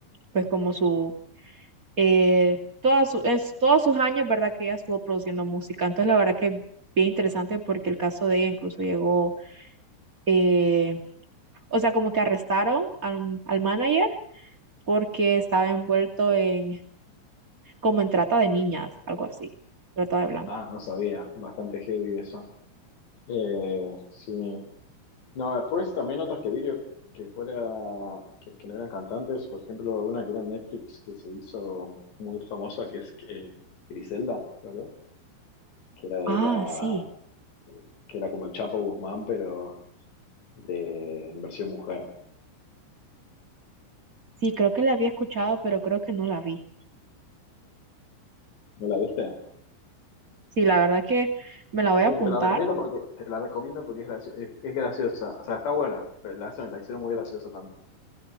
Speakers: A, on the right (about 35°); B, on the left (about 55°).
A: pues como su eh, todas su- es, todos sus años, ¿verdad? Que ella estuvo produciendo música. Entonces, la verdad que bien interesante porque el caso de ella incluso llegó, eh, o sea, como que arrestaron al, al manager porque estaba envuelto en, como en trata de niñas, algo así, trata de blancas.
B: Ah, no sabía, bastante heavy eso. Eh, sí. No, después también otras que vi que, que fuera, que, que no eran cantantes, por ejemplo, una que era en Netflix que se hizo muy famosa, que es eh, Griselda, creo que, es, que era de
A: Ah,
B: la,
A: sí,
B: que era como el Chapo Guzmán, pero de en versión mujer.
A: sí, creo que la había escuchado, pero creo que no la vi.
B: ¿No la viste?
A: Sí, la verdad que me la voy
B: Y
A: a apuntar.
B: Te la recomiendo porque, te la recomiendo porque es, gracio- es, es graciosa. O sea, está buena, pero la, hacen- la hicieron muy graciosa también.